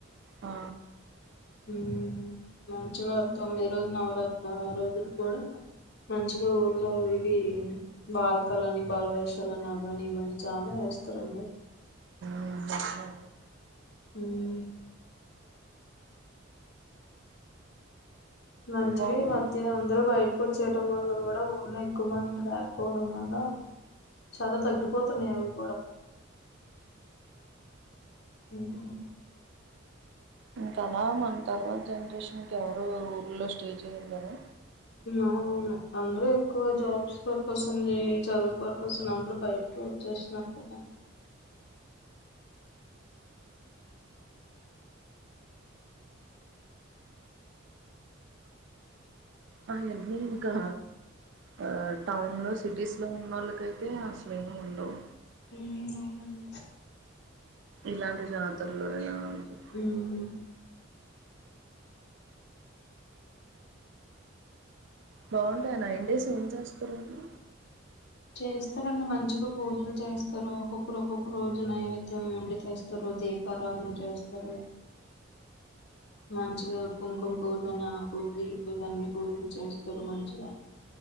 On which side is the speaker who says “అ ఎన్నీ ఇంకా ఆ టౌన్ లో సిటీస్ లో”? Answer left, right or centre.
Right